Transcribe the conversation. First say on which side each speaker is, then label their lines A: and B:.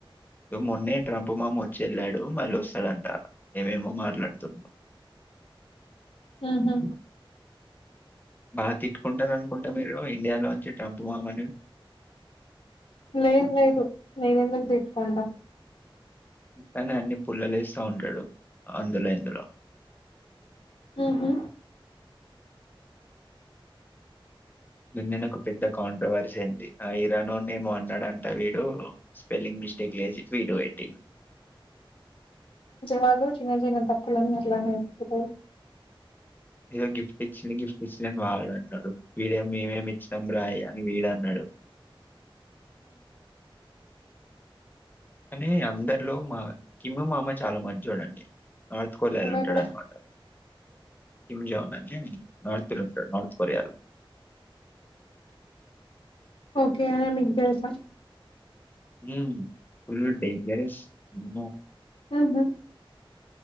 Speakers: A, on the left; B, on the left.
A: హ్ మొన్నే ట్రంప్ మామ వోచ్చి ఏళ్ళాడు మళ్ళీ వస్తాడంట. ఏమేమో మాట్లాడుతున్నా
B: హ్ హు
A: బాగా తిట్టుకుంటారు. అనుకుంటా మీరు ఇండియాలోంచి ట్రంప్ మామని
B: లేదు లేదు నేను ఎందుకు తిట్టుకుంటా
A: కానీ అన్ని పుల్లలేస్తా ఉంటాడు అందులో ఇందులో
B: హ్ హు
A: నిన్ననే ఒక పెద్ద కాంట్రవర్సీ అయింది. ఆ ఇరానొన్ని ఏమో అన్నాడంట వీడు స్పెల్లింగ్ మిస్ తిక్కలేసి ట్విట్ పెట్
B: వాళ్ళు చిన్న చిన్న తప్ తప్పులన్నీ <unintelligible> ఎతుకుతారు.
A: ఏదో గిఫ్ట్ ఇచ్చి గిఫ్ట్ ఇచ్చినని వాడు అన్నడు. వీడే మేమేమి ఇచ్చినం. రాయ అని వీడు అన్నాడు. కానీ అందరిలో మా కిమ్ మామ చాలా మంచోడండి నార్త్ కొరియాలో ఉంటాడు.
B: ఎవరు
A: అన్నమాట కిమ్ జాన్ అని నార్త్లో ఉంటాడు. నార్త్ కొరియాలో
B: ఓకే అయానా మీకు తెలుసా
A: ఉ ఫుల్ డేంజరస్ కీ మ్మో
B: హ్ హు